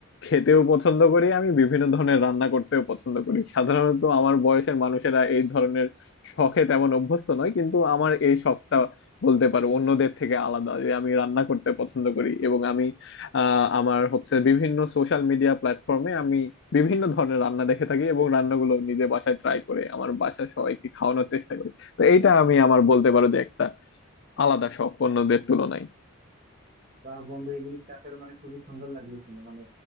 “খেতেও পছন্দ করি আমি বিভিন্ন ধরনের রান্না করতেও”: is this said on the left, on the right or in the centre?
Left